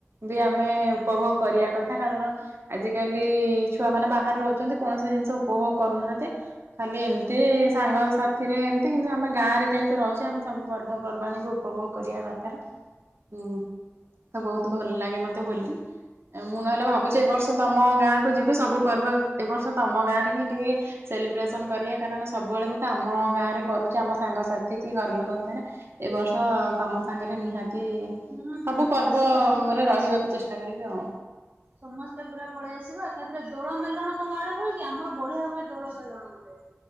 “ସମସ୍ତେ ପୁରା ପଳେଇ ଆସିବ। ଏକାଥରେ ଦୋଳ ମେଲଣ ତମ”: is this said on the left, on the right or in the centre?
Right